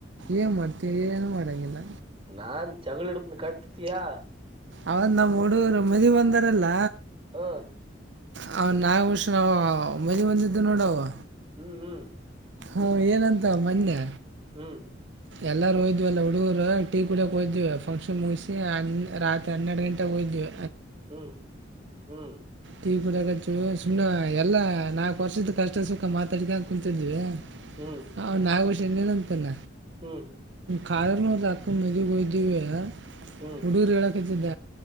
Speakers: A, on the right; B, on the right.
A: ಏನು ಮಾಡ್ತೀವಿ ಏನು ಮಾಡೋಂಗಿಲ್ಲ
B: ನನ್ ಜಗಳ ಹಿಡದಿನಿ ಕಟ್ಟತಿಯಾ.
A: ಅವತ ನಮ್ಮ್ ಹುಡುಗುರು ಮದವಿ ಅಂದಾರಲ್ಲ.
B: ಹ.
A: ಹ ನಾಗ ವರ್ಷ ನ ಮದವಿಗೆ ಬಂದಿದ್ದು ನೋಡ ಅವ.
B: ಹ್ಮ್ ಹ್ಮ್.
A: ಅವ ಏನಂತ ಮೊನ್ನೆ.
B: ಹ್ಮ್
A: ಎಲ್ಲಾರೂ ಹೋಗಿದ್ದೀವಿ ಅಲ್ಲ ಹುಡುಗರು ಟೀ ಕುಡಿಯಕ್ ಹೋಗಿದ್ವಿ ಫಂಕ್ಷನ್ ಮುಗಿಸಿ ರಾತ್ರಿ ಹನ್ನೆರಡ ಗಂಟೆಗೆ ಹೋಗಿದ್ವಿ.
B: ಹ್ಮ್ ಹ್ಮ್.
A: ಟಿ ಕುಡಿಯಾಕತ್ತೀವಿ ಸುಮ್ಮನೆ ಎಲ್ಲ ನಾಲ್ಕು ವರ್ಷದ ಕಷ್ಟದ ಸುಖ ಮಾತಾಡ್ಕೋತ ಕುೂಂತಿದ್ದೀವಿ.
B: ಹ್ಮ್
A: ಅವ ನಾಗಭಷನ ಏನ ಅಂತಾನ.
B: ಹ್ಮ್.
A: ಕಾಳೆ ನೂರದ ಅಕ್ಕ ನ ಮದಿವಿ ಹೋಗಿದ್ದಿವಿಯ
B: ಹ್ಮ್
A: ಹುಡುಗರ ಹೇಳಕತ್ತಿದ್ದ.